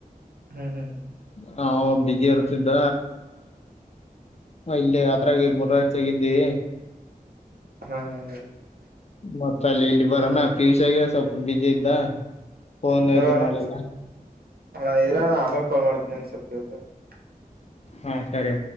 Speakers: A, on the right (about 85°); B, on the left (about 45°).
A: ಹ್ಮ್ ಹ್ಮ್ ಹ್ಮ್
B: ಹೌ ಬಿಜಿ ಇರ್ತಿದ್ದ ಇಲ್ಲಿ ಅದರಾಗ ಮೂರಾರ್ಜಿ ಆಗಿದ್ದಿವಿ.
A: ಹಾ ಹಾ
B: ಮತ್ತ ಅಲ್ಲಿ ಇಲ್ಲಿ ಬರೋಣ ಪಿ ಯು ಸಿಯಾಗ್ ಸ್ವಲ್ಪ ಬಿಜಿ ಇದ್ದ. ಫೋನ್
A: ಹಲೋ
B: ಇದು
A: ಅಣ್ಣ
B: ಮಾಡಲಿಲ್ಲ
A: ಅಣ್ಣ ಇರಣ್ಣ ಆಮೇಲೆ ಕಾಲ್ ಮಾಡ್ತೀನಿ ಸ್ವಲ್ಪ್ ಕೆಲಸ <unintelligible>
B: ಹಾ ಸರಿ